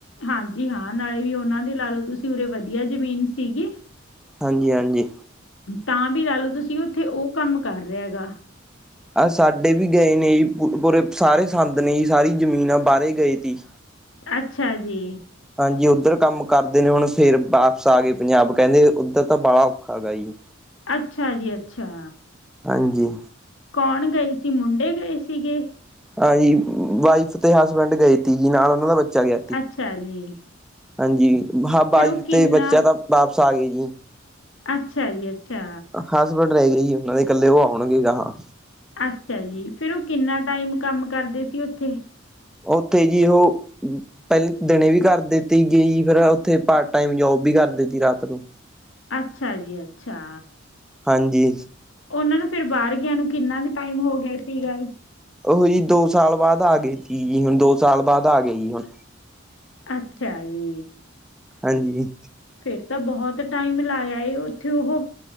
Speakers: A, on the left (about 75°); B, in the centre.
A: ਹਾਂਜੀ ਹਾਂ ਨਾਲੇ ਵੀ ਉਨਾਂ ਦੇ ਲਾ ਲੋ ਤੁਸੀਂ ਉਰੇ ਵਧੀਆ ਜ਼ਮੀਨ ਸੀਗੀ।
B: ਹਾਂਜੀ- ਹਾਂਜੀ।
A: ਤਾਂ ਵੀ ਲਾ ਲੋ ਤੁਸੀਂ ਉੱਥੇ ਉ ਕੰਮ ਕਰ ਰੇਆ ਹੈਗਾ।
B: ਆਹ ਸਾਡੇ ਵੀ ਗਏ ਨੇ ਜੀ ਪੂਰੇ ਸਾਰੇ ਸੰਦ ਨੇ ਜੀ ਸਾਰੀ ਜ਼ਮੀਨ ਆ ਬਾਰੇ ਗਏ ਸੀ।
A: ਅੱਛਾ ਜੀ।
B: ਹਾਂਜੀ ਉੱਧਰ ਕੰਮ ਕਰਦੇ ਨੇ ਹੁਣ ਫੇਰ ਵਾਪਸ ਆ ਗਏ ਪੰਜਾਬ ਕੈਂਦੇ ਉੱਧਰ ਤਾਂ ਬਾੜਾ ਔਖਾ ਹੈਗਾ ਜੀ।
A: ਅੱਛਾ ਜੀ ਅੱਛਾ।
B: ਹਾਂਜੀ।
A: ਕੌਣ ਗਏ ਸੀ ਮੁੰਡੇ ਗਏ ਸੀਗੇ।
B: ਹਾਂਜੀ, ਵਾਈਫ ਤੇ ਹਸਬੈਂਡ ਗਏ ਤੀ ਜੀ ਨਾਲ ਉਨਾਂ ਦਾ ਬੱਚਾ ਗਿਆ।
A: ਅੱਛਾ ਜੀ
B: ਹਾਂਜੀ ਹਾਂ ਵਾਈਫ
A: ਫਿਰ ਉਹ ਕਿੰਨਾ
B: ਤੇ ਬੱਚਾ ਤਾਂ ਵਾਪਸ ਆ ਗਏ ਜੀ।
A: ਅੱਛਾ ਜੀ ਅੱਛਾ।
B: ਹਸਬੈਂਡ ਰੈ ਗਏ ਜੀ ਉਨਾਂ ਦੇ ਕੱਲੇ ਉ ਆਉਣਗੇ ਗਾਹਾਂ।
A: ਅੱਛਾ ਜੀ ਫੇਰ ਉ ਕਿੰਨਾ ਟਾਈਮ ਕੰਮ ਕਰਦੇ ਸੀ ਉੱਥੇ?
B: ਉੱਥੇ ਜੀ ਉਹ ਪੈਲੇ ਦਿਨੇ ਵੀ ਕਰ ਦਿੱਤੀ ਗਈ ਫੇਰ ਉੱਥੇ ਪਾਰਟ ਟਾਈਮ ਜੋਬ ਵੀ ਕਰ ਦਿੱਤੀ ਰਾਤ ਨੂੰ।
A: ਅੱਛਾ ਜੀ ਅੱਛਾ।
B: ਹਾਂਜੀ।
A: ਉਹਨਾਂ ਨੂੰ ਫਿਰ ਬਾਹਰ ਗਿਆ ਨੂੰ ਕਿੰਨਾ ਵੀ ਟਾਈਮ ਹੋ ਗਿਆ ਸੀਗਾ।
B: ਉਹੋ ਜੀ ਦੋ ਸਾਲ ਬਾਅਦ ਆ ਗਏ ਸੀ ਜੀ, ਹੁਣ ਦੋ ਸਾਲ ਬਾਅਦ ਆ ਗਏ ਜੀ ਹੁਣ।
A: ਅੱਛਾ ਜੀ।
B: ਹਾਂਜੀ।
A: ਫੇਰ ਤਾਂ ਬਹੁਤ ਟਾਈਮ ਲਾ ਆਏ ਉੱਥੇ ਓਹੋ।